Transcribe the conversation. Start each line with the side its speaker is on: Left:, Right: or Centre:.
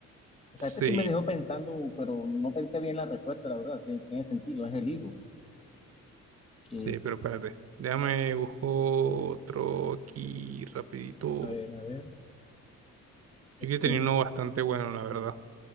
Left: O
Right: Sí,
Left: sea, este sí me dejó pensando, pero no pensé bien la respuesta, la verdad. Tiene, tiene sentido, es el hijo. Que,
Right: sí, pero espérate. Déjame busco otro aquí rapidito. Yo
Left: a ver, a ver, es
Right: creo que tenía
Left: que,
Right: uno bastante bueno, la verdad.